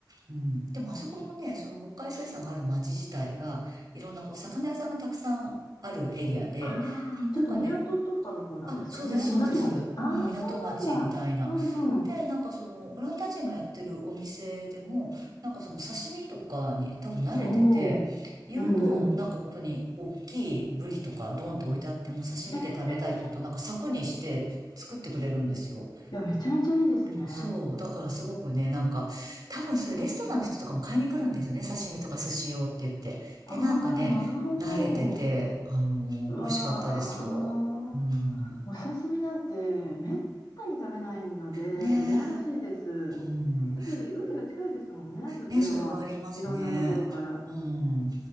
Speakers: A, on the right (about 50°); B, on the left (about 65°).
A: うん。でも、あそこのね、その北海水産がある町自体が、いろんなこう、魚屋さんがたくさんあるエリアで、
B: ああ、
A: なんかね、
B: ちょっと港とかの方なんですかね。
A: あ、そうです、そうです。
B: 港町。ああ、
A: うん、港町みたいな。
B: そうなんだ。うんうん。
A: で、なんかその、オランダ人がやってるお店でも、なんかその刺身とかに多分慣れてて、
B: おお。
A: 言うと、
B: うんうん。
A: なんか本当に大きいブリとかドンって置いてあっても刺身で食べたいって言うと、
B: ええ
A: なんか柵にして作ってくれるんですよ。
B: いや、めちゃめちゃいいですね。
A: そう。だからすごくね、なんか、多分そういうレストランの人とかも買いに来るんですよね。刺身とか寿司用って言って。で、
B: ああ、
A: なんかね、
B: なるほど。
A: 慣れてて、あのー美味しかったですよ。
B: うわー、
A: うん。
B: お刺身なんてめったに食べないので、
A: ね
B: 羨ましいです。
A: え。うん。
B: やっぱり海が近いですもんね、そちらは。
A: ね、それはありますね。
B: いろんなところから。
A: うん。